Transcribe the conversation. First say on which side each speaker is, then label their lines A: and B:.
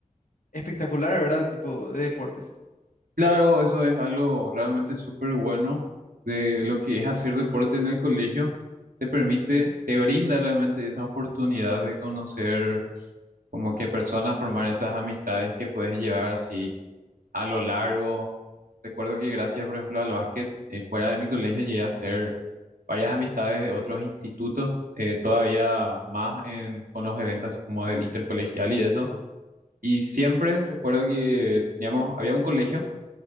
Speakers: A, on the left; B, on the right.
A: espectacular, ¿verdad? Tipo de deportes.
B: Claro, eso es algo realmente súper bueno de lo que es hacer deporte en el colegio. Te permite, te brinda realmente esa oportunidad de conocer como que personas, formar esas amistades que puedes llevar así a lo largo. Recuerdo que gracias, por ejemplo, al básquet, eh, fuera de mi colegio llegué a hacer varias amistades de otros institutos, eh, todavía más en- con los eventos así como del intercolegial y eso. Y siempre recuerdo que teníamos, había un colegio